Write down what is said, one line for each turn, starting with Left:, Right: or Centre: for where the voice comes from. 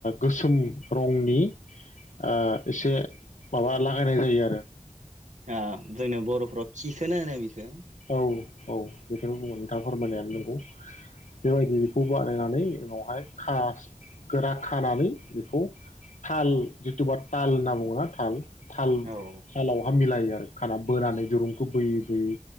Left: गोसोम रंनि आ एसे माबा लागायनाय जायो आरो
Right: आ जोंनि बर'फोरा खिखोनो होनो बिखो
Left: औ औ बेखौनो बुंङो नोंथाङा फोरमायनायानो नंगौ बेबायदि बेखौ बानायनानै उनावहाय खास गोरा खानानै बेखौ थाल जिथुबा ताल होनना बुङो ना थाल थाल
Right: औ औ
Left: थालावहा मिलायो आरो खाना बोनानै दुरुंखौ बोयै बोयै